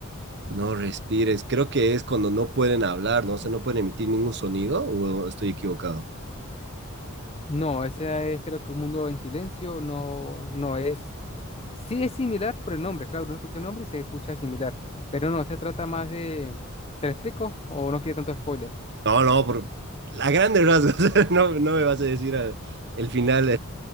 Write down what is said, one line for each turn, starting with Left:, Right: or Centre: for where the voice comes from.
Right: No respires. Creo que es cuando no pueden hablar, ¿no? O sea, no pueden emitir ningún sonido, o estoy equivocado.
Left: No, ese es creo que un mundo en silencio, no, no es, sí es similar por el nombre, claro, uno escucha el nombre y se escucha similar, pero no, se trata más de, ¿te lo explico? ¿O no quiere tanto spoiler?
Right: No, no, por a grandes rasgos. <laughs> No, no me vas a decir al- el final.